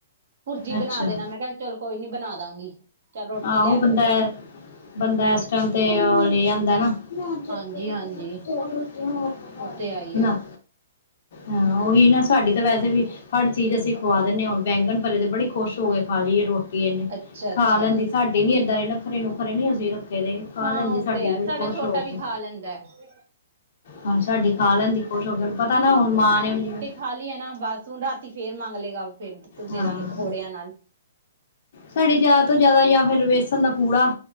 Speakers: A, on the right; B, on the left.
A: ਪੁਰਜੀ ਬਣਾ
B: ਅੱਛਾ
A: ਦੇਣਾ, ਮੈਂ ਕਿਹਾ ਚਲ ਕੋਈ ਨੀ ਬਣਾ ਦਾਂਗੀ ਚੱਲ ਰੋਟੀ
B: ਆਹੋ
A: ਲੈ
B: ਬੰਦਾ
A: ਕੇ ਤਾਂ ਜਾਈ।
B: ਬੰਦਾ ਇਸ ਟਾਈਮ ਤੇ ਉਹ ਲੈ ਆਂਦਾ ਨਾ। ਮੈਂ ਅੱਜ
A: ਹਾਂਜੀ
B: ਇੱਕ ਰੋਟੀ
A: ਹਾਂਜੀ
B: ਖਾਦੀ ਜਰਾ ਰੋਟੀਆਂ ਹੋਰ ਬਣਾ
A: ਉਹ
B: ਦੇ,
A: ਤੇ ਹੈ ਹੀ ਹੈ
B: ਨਾ ਹਾਂ ਉਹੀ ਨਾ ਸਾਡੇ ਤਾਂ ਵੈਸੇ ਵੀ ਹਰ ਚੀਜ਼ ਅਸੀਂ ਖੁਵਾ ਦਿੰਦੇ ਹੁਣ ਬੈਂਗਣ ਭਰੇ ਦੇ ਬੜੀ ਖੁਸ਼ ਹੋ ਗਏ ਖਾ ਲਈਏ ਰੋਟੀ ਇਹਨੇ
A: ਅੱਛਾ ਅੱਛਾ
B: ਖਾ ਲੈਂਦੀ ਸਾਡੇ ਨੀ ਏਦਾਂ ਦੇ ਨਾ ਨਖਰੇ ਨੂੰ ਨੁਖਰੇ ਨੀ ਅਸੀਂ ਰੱਖੇ ਦੇ। ਖਾ
A: ਹਾਂ
B: ਲੈਂਦੀ
A: ਉਹ
B: ਸਾਡੀ
A: ਤੇ ਹੈ
B: ਬੜੀ
A: ਸਾਡਾ
B: ਖੁਸ਼
A: ਛੋਟਾ
B: ਹੋ
A: ਵੀ
B: ਕੇ।
A: ਖਾ ਲੈਂਦਾ ਹੈ।
B: ਹਾਂ ਸਾਡੀ ਖਾ ਲੈਣਦੀ ਖੁਸ਼ ਹੋ ਕੇ ਉਹਨੂੰ ਪਤਾ ਨਾ ਹੁਣ ਮਾਂ ਨੇ ਹ
A: ਖਾਲੀ ਹੈ ਨਾ ਬਸ ਹੁਣ ਰਾਤੀ ਫੇਰ ਮੰਗ ਲਏਗਾ ਫੇਰ ਦੇ
B: ਹਾਂ
A: ਦਾਂਗੇ ਪਕੌੜਿਆਂ ਨਾਲ,
B: ਸਾਡੀ ਜ਼ਿਆਦਾ ਤੋਂ ਜ਼ਿਆਦਾ ਜਾਂ ਫਿਰ ਬੇਸਣ ਦਾ ਪੂੜਾ